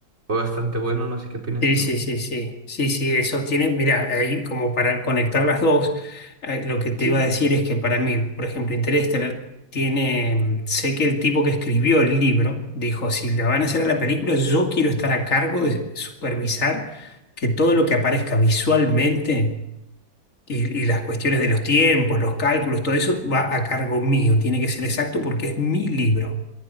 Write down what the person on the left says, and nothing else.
sí,
sí, sí, sí, sí, sí, eso tiene, mira, ahí como para conectar las dos, eh, lo que te
iba a decir es que para mí, por ejemplo, Interestelar tiene, mm, sé que el tipo que escribió el libro dijo, si la van a hacer a la película, yo quiero estar a cargo de supervisar que todo lo que aparezca visualmente y, y las cuestiones de los tiempos, los cálculos, todo eso va a cargo mío, tiene que ser exacto porque es mi libro,